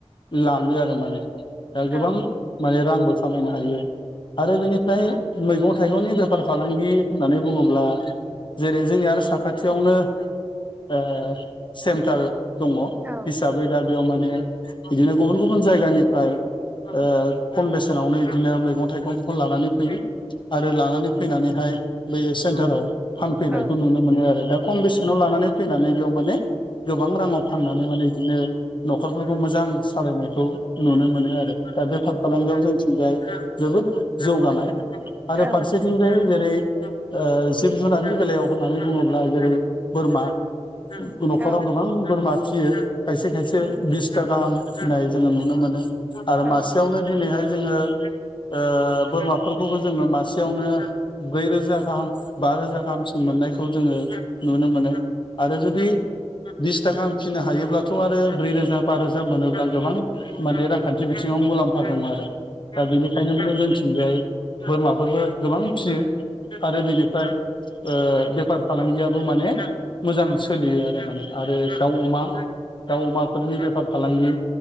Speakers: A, on the left; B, on the right.
A: लाङो आरो माने दा
B: औ
A: गोबां माने रांबो खामायनो हायो आरो बेनि फाय मैगं थाइगंनि बेफार फालांगि होननानै बुङोब्ला जेरै जोंनि आरो साखाथियावनो ओ सेन्टार दङ
B: औ
A: हिसाबै दा बेयाव माने बिदिनो गुबुन गुबुन जायगानिफ्राय ओ खम बेसेनावनो बिदिनो मैगं थाइगं खौ लानानै फैयो आरो लानानै फैनानैहाय बे सेन्टाराव फानफैनायखौ
B: औ
A: नुनो मोनो आरो दा खम बेसेनाव लानानै फैनानै बेयाव माने गोबां रां माने बिदिनो न'खरफोरखौ मोजां सालायनायखौ नुनो मोनो। आरो दा बेफार फालांगियाव जोंथिंजाय जोबोद जौगानाय आरो
B: औ
A: फारसेथिंजाय जेरै ओ जिब जुनारनि बेलायाव होननानै बुङोब्ला जेरै बोरमा न'खराव
B: औ नोंथां
A: गोबां बोरमा फिसियो खायसे खायसे बिसथा गाहाम फिनाय जोङो नुनो मोनो आरो मासेयावनो
B: औ
A: दिनैहाय जोङो ओ बोरमाफोरखौबो जोङो मासेयावनो ब्रैरोजा गाहाम बा रोजा गाहामसिम मोननायखौ जोङो नुनो मोनो। आरो जुदि बिसथागाहाम फिनो हायोब्लाथ' आरो ब्रै रोजा बा रोजा मोनो दा गोबां माने रांखान्थि बिथिङावनो मुलाम्फा दङ आरो दा बेनिखायनो माने जोंथिंजाय बोरमाफोरबो गोबां फियो आरो बिनिफ्राय ओ बेफार फालांगियाबो माने मोजां सोलियो आरो माने आरो दाव अमा दाउ अमाफोरनि बेफार फालांगि